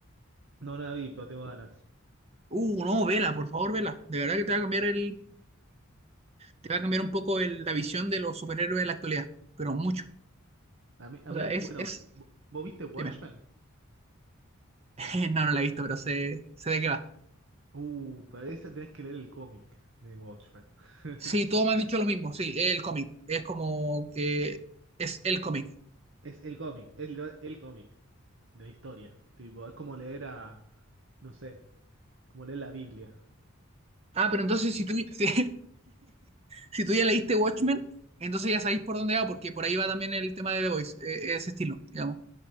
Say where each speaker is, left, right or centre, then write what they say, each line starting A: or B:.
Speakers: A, on the right; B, on the right.
A: No, no la vi, pero tengo ganas.
B: Uh, no, vela, por favor, vela. De verdad que te va a cambiar el, te va a cambiar un poco el- la visión de los superhéroes de la actualidad, pero mucho.
A: A mí, a
B: O
A: mí,
B: sea, es,
A: bueno,
B: es,
A: ¿vo- ¿vos viste Watchmen?
B: dime. <laughs> No, no la he visto, pero sé, sé de qué va.
A: Uh, para eso tenés que leer el cómic de Watchmen. <laughs>
B: Sí, todos me han dicho lo mismo, sí, es el cómic. Es como que es el cómic.
A: Es el cómic, es el, el cómic de la historia. Tipo, es como leer a, no sé, como leer la Biblia.
B: Ah, pero entonces si tú, <laughs> si, si tú ya leíste Watchmen, entonces ya sabéis por dónde va, porque por ahí va también el tema de The Voice, eh, ese estilo, digamos.